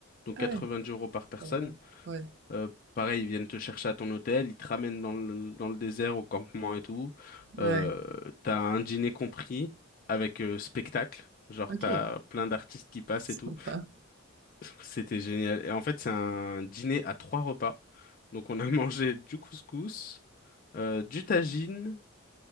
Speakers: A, on the left; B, on the right.
A: donc
B: Ah
A: 90
B: ouais,
A: euros par personne.
B: ça va. Ouais,
A: Euh, pareil, ils viennent te chercher à ton hôtel, ils te ramènent dans le, dans le désert, au campement et tout.
B: ouais.
A: Euh, t'as un dîner compris avec euh, spectacle, genre
B: Ok,
A: t'as plein d'artistes qui passent
B: sympa.
A: et tout. C'était génial. Et en fait, c'est un dîner à trois repas. Donc, on a <laughs> mangé du couscous, euh, du tagine